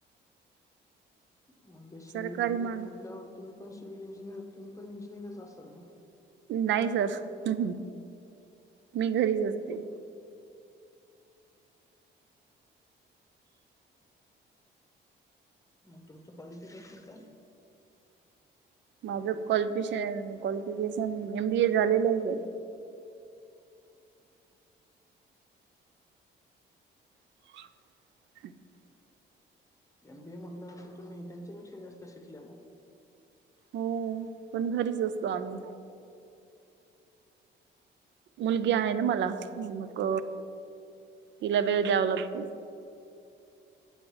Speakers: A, on the left; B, on the right.
A: म ते सि्हल
B: सरकारी
A: इंजिनिय
B: मग
A: म्हटल्यावर तुम्ही पण सि्हिल इंिनिर तुम्हीण इंजिनिर असाल ना
B: नाही सर मी घरीच असते
A: मग तुमचं क्वालिफिकेशन काय
B: माझं क्वालिफ क्वालिफिकेशन एम बी ए झालेलं आहे <inaudible>
A: एम बी ए म्हटल्यावरती तुम्ही त्यांच्यापेक्षा जास्त शिकल्या मग
B: हो पण घरीच असतो आम्ही मुलगी आहे ना मला मग तिला वेळ द्यावा लागतो